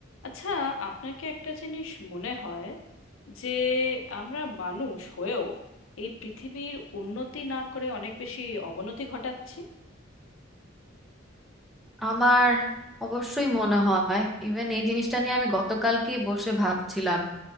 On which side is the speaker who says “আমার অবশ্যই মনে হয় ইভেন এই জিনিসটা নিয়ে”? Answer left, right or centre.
Centre